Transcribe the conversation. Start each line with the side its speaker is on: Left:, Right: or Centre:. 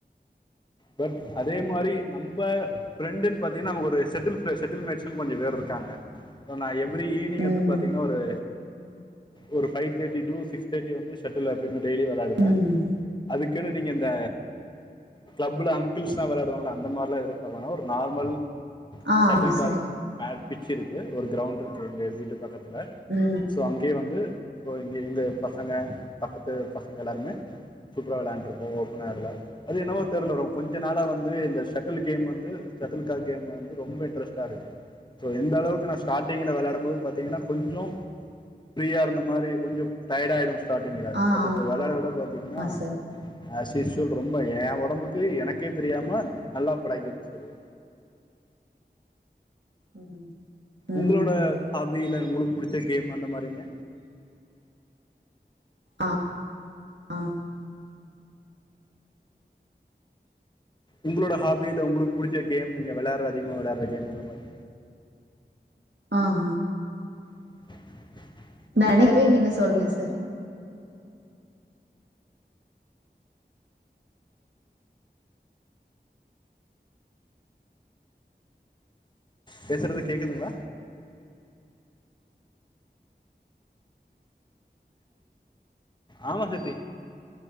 Left: பட் அதே மாதிரி நம்ப ஃபிரெண்டுனு பாத்தீங்கனா நமக்கு ஒரு செட்டு செட்டில் மேட்சில் கொஞ்சபேர் இருக்காங்க சோ நா எம் ஈவினிங்
Right: ம்
Left: வந்து பாத்தீங்கன்னா ஒரு ஒரு ஃபைவ் தேர்டி டூ சிக்ஸ் தேடி வந்துஷட்டில் டெய்லி விளாடுவேன்
Right: ம்
Left: அதுக்குன்னு நீங்க இந்த கிளப்ல அங்கிள்ஸ் எல்லாம் விளாடுவாங்களா அந்த மாரி எல்லாம் இருக்வேனா ஒரு நார்மல்
Right: ஆ
Left: சட்டில்
Right: ஆமா
Left: கார்க்
Right: சார்
Left: மே பிச் இருக்கு ஒரு கிரண்ட் இருக்கு எங்க வீட்டு பக்க வந்துருவே
Right: ம்
Left: சோ அங்கேயே வந்து சோ இ எங்க பசங்க பக்கத்து பசங்க எல்லாருமே சூப்பர விளையாண்டு இருக்கோம் ஓப்பனர்ல அது என்னவோ தெரில வரும் கொஞ்ச நாளாக வந்து இந்த ஷட்டில் கேம் வந்து ஷட்டில் கார் கேம் வந்து ரொம்ப இன்ட்ரெஸ்ட்டாக இருக்கு ஸோ இந்த அளவுக்கு நான் ஸ்டார்ட்டிங்கில் விளாடும்போது பார்த்தீங்கன்னா கொஞ்சம் ஃப்ரீயாக இருந்த மாதிரி கொஞ்சம் டர்ட ஆகிடும் ஸ்டார்டிங்ல
Right: ஆ
Left: பட்
Right: ஆமா
Left: இப்ப வெளாட விட பாத்தீங்னா
Right: சார்
Left: அஸ்யூஷ்வல் ரொ ம்ப ஏ உடம்புக்கு எனக்கே தெரியாம நல்லா பழகிருச்சு அது
Right: ம் ம்
Left: உங்களோட ஹாபியில உங்களுக் புடிச்ச கேம் அந்த மாரிங்க
Right: ஆ ஆ
Left: உங்களோட ஹாபியில உங்களுக்கு புடிச்ச கேம் நீங்க விளையாடுற அதிகமா விளையாடுற கேம் அந்த மாரி
Right: ஆ ஆ
Left: <inaudible>
Right: <unintelligible> நீங்க சொல்றீங்க சார்
Left: பேசுறது கேக்குதுங்களா ஆமா சத்தி